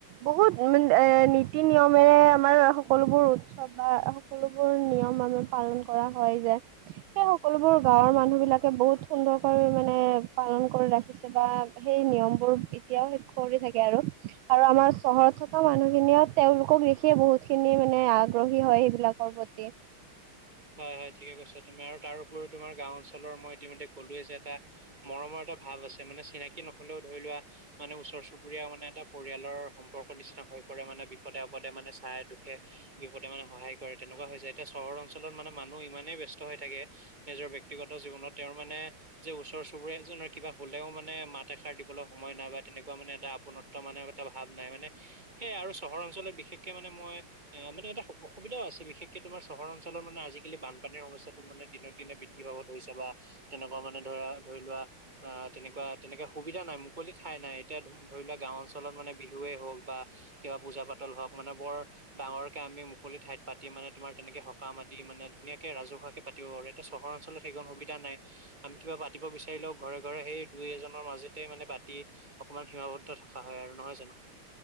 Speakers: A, on the right (about 75°); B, on the right (about 20°).
A: বহুত এ নীতি নিয়মেৰে আমাৰ সকলোবোৰ উৎসৱ বা সকলোবোৰ নিয়ম আমাৰ পালন কৰা হয় যে সেই সকলোবোৰ গাঁৱৰ মানুহ বিলাকে বহুত সুন্দৰকৈ মানে পালন কৰি ৰাখিছে। বা সেই নিয়ম বোৰ এতিয়াও শেষ কৰি থাকে আৰু। আৰু আমাৰ চহৰত থকা মানুহখিনিয়ে তেওঁলোকক দেখিয়ে বহুত খিনি মানে আগ্ৰহী হয় সেইবিলাকৰ প্ৰতি।
B: হয় হয় ঠিকে কৈছা তুমি আৰু তাৰ উপৰিও তোমাৰ গাঁও অঞ্চলৰ মই ইতিমধ্যে ক'লোৱে যে এটা মৰমৰ এটা ভাৱ আছে মানে চিনাকি নহলেও ধৰি লোৱা মানে ওচৰ চুবুৰীয়া মানে এটা পৰিয়ালৰ সম্পৰ্ক নিচিনা হৈ পৰে মানে বিপদে আপদে মানে চাই দুখে বিপদে মানে সহায় কৰে তেনেকুৱা হৈ যায় এতিয়া চহৰ অঞ্চলত মানে মানুহ ইমানেই ব্যস্ত হৈ থাকে নিজৰ ব্যক্তিগত জীৱনত তেওঁৰ মানে যে ওচৰ চুবুৰীয়া এজনৰ কিবা হ'লেও মানে মাত এষাৰ দিবলৈ সময় নাই বা তেনেকুৱা মানে এটা আপোন মানে এটা ভাৱ নাই মানে সেয়া আৰু চহৰ অঞ্চলত বিশেষকে মানে মই অ' মানে এটা অসুবিধাও আছে। বিশেষকে তোমাৰ চহৰ অঞ্চলৰ মানে আজিকালি বানপানীৰ সমস্যাত মানে দিনে বৃদ্ধি পাব ধৰিছে বা তেনেকুৱা মানে ধৰা ধৰি লোৱা। আহ তেনেকুৱা তেনেকে সুবিধা নাই মুকলি ঠাই নাই এতিয়া ধৰি লোৱা গাওঁ অঞ্চলত মানে বিহুৱেই হওঁক বা কিবা পূজা পাতল হওঁক মানে বৰ ডাঙৰকে আমি মুকলি ঠাইত পাতি মানে তোমাৰ তেনেকে হওঁক কাম আদি মানে ধুনিয়াকে ৰাজহুৱাকে পাতিব পাৰো। এতিয়া চহৰ অঞ্চলত সেইকণ সুবিধা নাই। আমি কিবা পাতিব বিচাৰিলেও ঘৰে ঘৰে সেই দুই এজনৰ মাজেতে মানে পাতি অকমান সীমাবদ্ধ থকা হয় আৰু নহয় জানো।